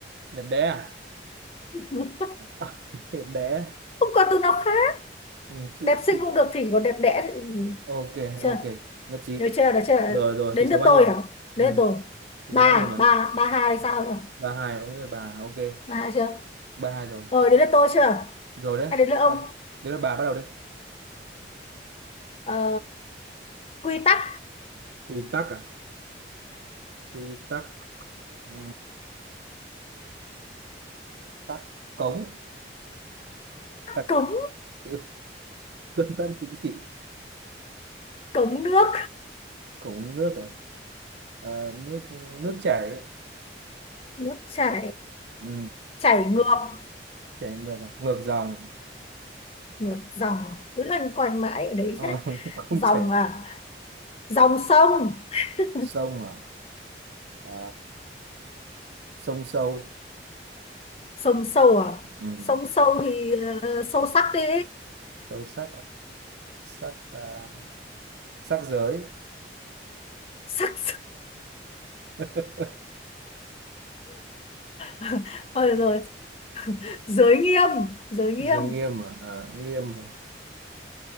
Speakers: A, on the right; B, on the left.
A: đẹp đẽ à
B: <laughs>
A: <laughs> đẹp đẽ
B: không còn từ nào khác
A: ừ, chịu
B: đẹp xinh
A: chịu
B: cũng được thì còn đẹp đẽ thì-
A: ok
B: chưa
A: ok nhất trí
B: được chưa được chưa
A: rồi rồi
B: đến
A: tỷ số
B: lượt
A: bao
B: tôi
A: nhiêu
B: hả đến
A: ừ.
B: lượt tôi
A: tỷ
B: ba
A: số bao nhiêu nhỉ
B: ba ba hai sao nhỉ
A: ba hai ok bà ok
B: ba hai chưa
A: ba hai rồi
B: rồi đến lượt tôi chưa
A: rồi đấy
B: hay đến lượt ông
A: Bạn- đấy là bà bắt đầu đi
B: ờ, quy tắc
A: quy tắc à quy tắc ừ. tắc cống à,
B: cống
A: ừ, dân dân thì gì
B: cống nước
A: cống nước à? Ờ, nước nước chảy
B: nước chảy
A: ừ,
B: chảy ngược
A: chảy ngược à? ngược dòng
B: ngược dòng cứ loanh quanh mãi ở đấy
A: Ờ,
B: chết
A: <laughs> không
B: dòng
A: chảy
B: à dòng sông <laughs>
A: sông à Ờ, sông sâu
B: sông sâu à
A: ừ,
B: sông sâu thì ờ, sâu sắc đi
A: sâu sắc à? sắc à, sắc giới
B: sắc
A: <laughs>
B: <laughs> rồi rồi giới nghiêm giới nghiêm
A: giới nghiêm à? Ờ, nghiêm à?